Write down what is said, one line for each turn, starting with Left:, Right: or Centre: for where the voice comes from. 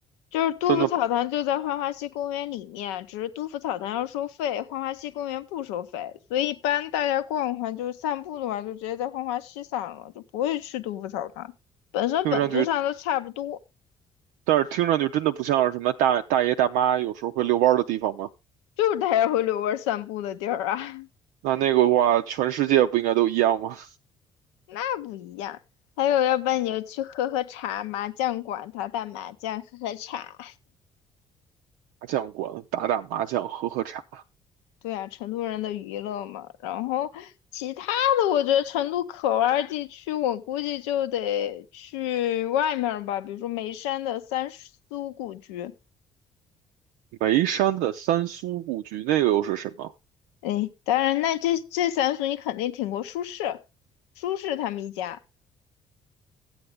Left: 就是杜甫草堂就在浣花溪公园里面，
Right: 真的
Left: 只是杜甫草堂要收费，浣花溪公园不收费，所以一般大家逛逛就是散步的话，就直接在浣花溪散了，就不会去杜甫草堂。本身本质上都差不多。
Right: 听上去，但是听上去真的不像是什么大大爷大妈有时候会遛弯儿的地方吗？
Left: 就是大家会遛弯儿散步的地儿啊，<laughs>
Right: 那那个的话，全世界不应该都一样吗？
Left: 那不一样。还有，要不然你就去喝喝茶，麻将馆打打麻将，喝喝茶。
Right: 麻将馆打打麻将，喝喝茶。
Left: 对啊，成都人的娱乐嘛。然后其他的，我觉得成都可玩儿地区，我估计就得去外面儿吧，比如说眉山的三苏故居。
Right: 眉山的三苏故居，那个又是什么？
Left: 哎，当然，那这这三苏你肯定听过，苏轼，苏轼他们一家。